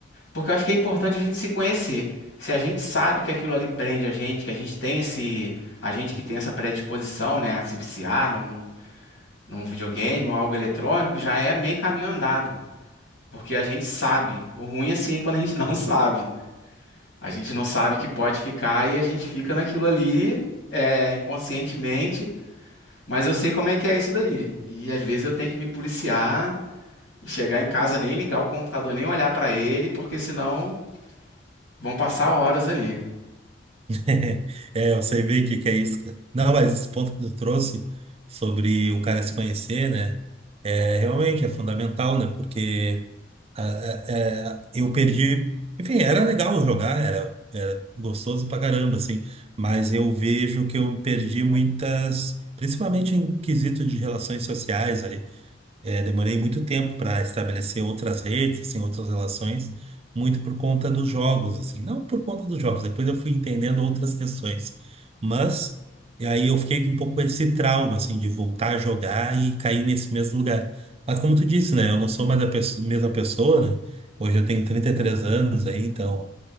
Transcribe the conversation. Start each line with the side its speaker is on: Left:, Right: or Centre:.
Left: porque eu acho que é importante a gente se conhecer. Se a gente sabe que aquilo ali prende a gente, que a gente tem esse, a gente que tem essa predisposição, né, a se viciar num, num videogame ou algo eletrônico, já é meio caminho andado, porque a gente sabe. O ruim assim é quando a gente não <laughs> sabe. A gente não sabe que pode ficar e a gente fica naquilo ali, é, inconscientemente, mas eu sei como é que é isso daí. E às vezes eu tenho que me policiar e chegar em casa, nem ligar o computador, nem olhar pra ele, porque senão vão passar horas ali.
Right: <laughs> É, eu sei bem o que que é isso, cara. Não, mas esse ponto que tu trouxe sobre o cara se conhecer, né? É, realmente é fundamental, né? Porque a- a- é, eu perdi. Enfim, era legal jogar, era, era gostoso pra caramba, assim. Mas eu vejo que eu perdi muitas. Principalmente em quesito de relações sociais é, demorei muito tempo para estabelecer outras redes, assim, outras relações, muito por conta dos jogos, assim, não por conta dos jogos. Depois eu fui entendendo outras questões, mas e aí eu fiquei com um pouco esse trauma, assim, de voltar a jogar e cair nesse mesmo lugar. Mas como tu disse, né, eu não sou mais a pesso- mesma pessoa, né? Hoje eu tenho 33 anos aí, então